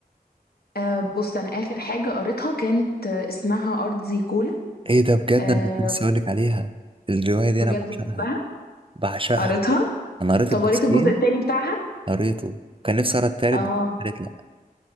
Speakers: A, on the left; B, on the right.
A: آه بص انا اخر حاجة قريتها كانت آه، اسمها ارض زي كولا
B: ايه ده بجد
A: آه
B: انا كنت لسه هقولك عليها الرواية دي
A: بجد
B: انا بعشقها
A: بحبها
B: بعشقها
A: قريتها
B: انا قريت
A: طب
B: الجزئين
A: قريت الجزء التاني بتاعها
B: قريته كان نفسي اقرا التالت
A: اه
B: بس قريت لا